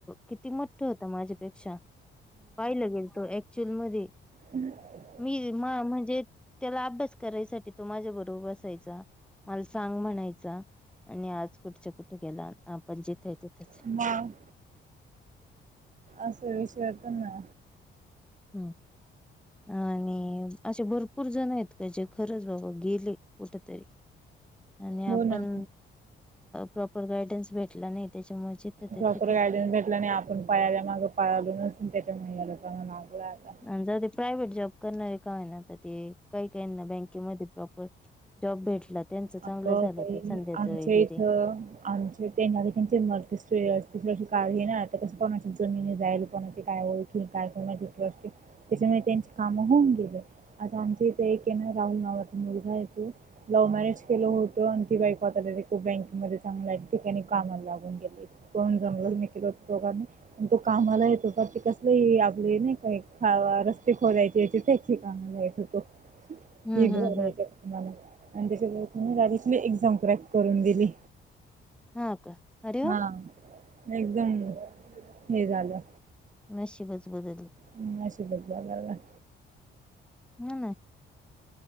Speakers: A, in the centre; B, on the right.
A: किती मोठं होतं माझ्यापेक्षा पाहिलं गेल तो ऍक्च्युअल मध्ये
B: हम्
A: मी मा म्हणजे त्याला अभ्यास करायसाठी तो माझ्या बरोबर बसायचा मला सांग म्हणायचा आणि आज कुठच कुठे गेलं आपण जिथे तिथंच
B: म असे विषया तर ना
A: ह आणि असे भरपूर जण आहेत त्याजे खरंच बाबा गेले कुठ तरी आणि
B: हो
A: आपण
B: ना.
A: प्रॉपर गायडन्स भेटला नाही त्याच्यामुळे जिथं ते
B: प्रपर
A: तिथं
B: गायडन्स भेटला नाही पण पळाला माग पळल न त्याच्यामुळे अडकाला लागला आता
A: आणि जर ते प्रायव्हेट जॉब करणारे का आहे ना तर ते काही काही ना बँकेमध्ये प्रॉपर जॉब भेटला त्यांच चांगलं
B: आग
A: झालं
B: काई
A: ते संध्याच
B: आमच्या
A: वगैरे
B: इथ आ त्यांचे मते स तिसरशी कार ना आता कसं कोणाची जमिनी जाईल कोणाची काय होईल कि काय कर दु त्याच्यामुळे त्यांचे काम होऊन गेले आता आमच्या इथे एक आहे ना राहुल नावाचा मुलगा आहेेतो लव्ह मॅरेज गलं होतं आणि ती बाईकवतला ते खूप बँके मध्ये चांगलंय ठिकाणी कामाला लागून गेलेय कोण जंगलत नि केल होत दोघांनी तो कामाला येतो तर ते कसले आपले ना काही रस्ते खोलायचे याचेे कागला येत होतो
A: हम्म
B: कि
A: हम्म
B: बरायच्या
A: हम्म
B: तुम्हाला आणि त्याच्याने रारीतली एक्झाम क्रॅक करून दिली
A: हा का अरे वा
B: हा एकदम हे झालं
A: नशशीबच बदल
B: हम्शुधपगला हम्
A: हा